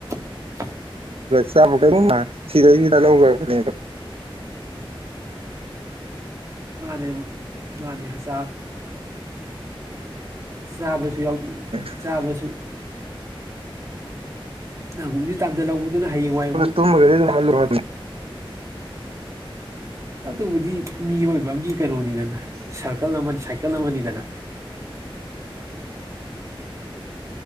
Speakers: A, on the right (about 30°); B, on the right (about 85°).
A: <unintelligible>
B: ꯆꯄ ꯀ ꯁꯤꯗꯥ ꯆꯗꯥ ꯂꯧꯕꯒ
A: ꯃꯥꯅꯦ ꯃꯥꯅꯦ ꯃꯥꯅꯦ ꯁꯥꯥ ꯆꯥꯕꯁꯨ ꯌꯥꯎ
B: ꯆꯥꯕꯒ
A: ꯆꯥꯕꯁꯨ ꯅꯪ ꯍꯧꯖꯤꯛ ꯇꯥꯟꯁꯤꯜꯍꯧꯕꯗꯨꯅ ꯍꯌꯦꯡ ꯋꯥꯏꯕꯨ
B: ꯇꯨꯝꯕꯒꯗꯤ ꯑꯗꯨꯝ
A: ꯑꯗꯨꯕꯨꯗꯤ ꯃꯤꯑꯣꯏꯕ ꯑꯃꯒꯤ ꯀꯩꯅꯣꯅꯤꯗꯅ ꯁꯥꯔꯀꯜ ꯑꯃ ꯀꯂꯝꯣ ꯃꯅꯤꯗꯅ